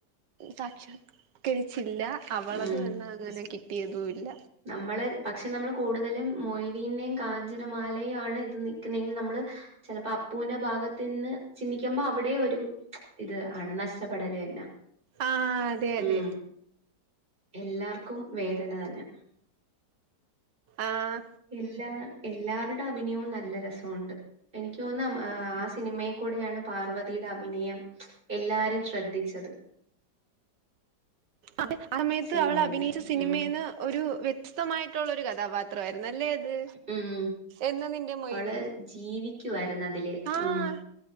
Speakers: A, on the right; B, on the right.
A: സാക്ഷാൽകരിച്ചില്ല. അവളത്
B: ഉം
A: എന്നന്ന അങ്ങനെ കിട്ടിയതും ഇല്ല
B: നമ്മള് പക്ഷെ നമ്മള് കൂടുതലും മൊയ്തീനേയും കാഞ്ചനമാലയും ആണ് ഇത് നക്കുന്നെങ്കിൽ നമ്മള് ചെലപ്പോ അപ്പൂന്റെ ഭാഗത്തീന്ന് ചിന്തിക്കുമ്പൊ അവിടേ ഒരു. ഇത് ആണ് നഷ്ടപ്പെടല തന്നെ
A: ആ അതെ അതെ
B: ഉം എല്ലാർക്കും വേദന തന്നെ
A: ആഹ
B: എല്ലാ എല്ലാവരുടെ അഭിനയവും നല്ല രസമുണ്ട് എനിക്ക് തോന്നുന്ന അം ആ.... സിനിമയിൽ കൂടെയാണ് പാർവതിയുടെ അഭിനയം എല്ലാരും ശ്രദ്ധിച്ചത്.
A: അത് ആ സമയത്ത്
B: സിനിമേന്ന്.
A: അവൾ അഭിനയിച്ച സിനിമേന്ന്
B: ഉം
A: ഒരു വ്യ സ്തമായിട്ടുള്ള ഒരു കഥാപാത്രായിരുന്നു അല്ലേ അത്?.
B: ഉം
A: എന്ന നിന്റെ മൊയ്തി
B: അവള് ജീവിക്കുവായിരുന്നു അതില്
A: ആഹ്
B: ഉം